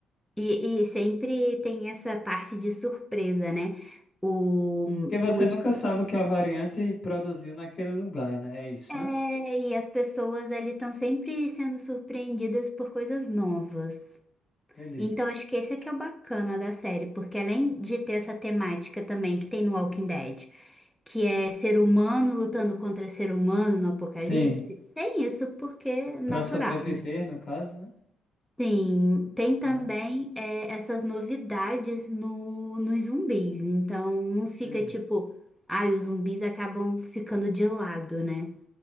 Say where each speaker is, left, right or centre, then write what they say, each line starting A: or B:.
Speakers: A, in the centre; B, on the left (about 40°).
A: E, e sempre tem essa parte de surpresa, né? O,
B: Porque você
A: o último.
B: nunca sabe o que a variante produziu naquele lugar, né? É isso,
A: É,
B: né?
A: e as pessoas ali estão sempre sendo surpreendidas por coisas novas.
B: Entendi.
A: Então, acho que esse é que é o bacana da série, porque além de ter essa temática também que tem no Walking Dead, que é ser humano lutando contra ser humano no apocalipse,
B: Sim.
A: tem isso porque é natural.
B: Pra sobreviver, no caso, né?
A: Tem, tem também
B: Ah,
A: é, essas novidades no, nos zumbis, então não fica
B: entendi.
A: tipo, ai, os zumbis acabam ficando de lado, né?